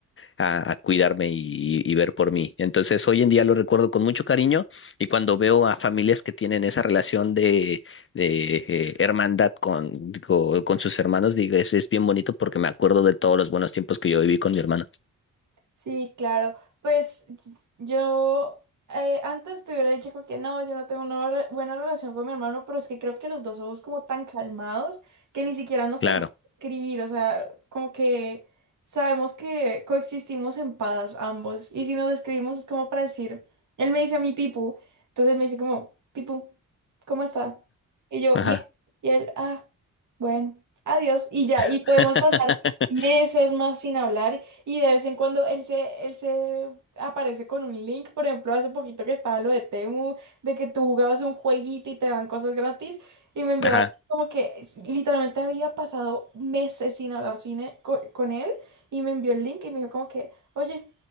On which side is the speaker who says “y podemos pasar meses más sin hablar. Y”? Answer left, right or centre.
Right